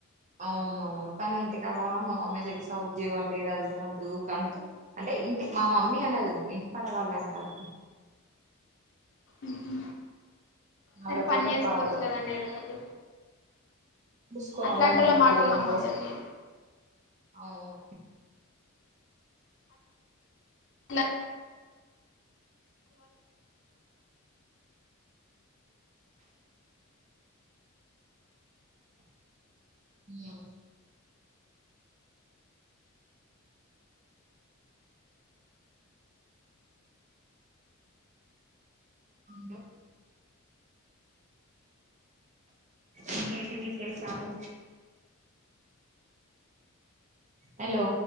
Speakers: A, on the right; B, on the left.
A: అవునవును కనీ ఇంటికాడ మా మమ్మీ తెలిసా ఉద్యోగం లేదు అది ఇది అని అంటది ఊకె అందుకే అంటే ఇంటి మా మమ్మీ అనదు, ఇంటి కాడ వాళ్లు అంటరు.
B: ఉహు
A: వాళ్ళతోటే
B: మరి పని చేసుకోవచ్చు
A: ప్రాబ్లం
B: కదండి ఏదో ఒకటి.
A: చూసుకోవాలండి
B: అట్లాంటోల్ల
A: ఉద్యోగం
B: మాటలు నమ్మద్దండి.
A: కోసం అవును
B: అట్లాంటి
A: ఉమ్ ఉండు ఇంకేంటి విశేషాలు? హలో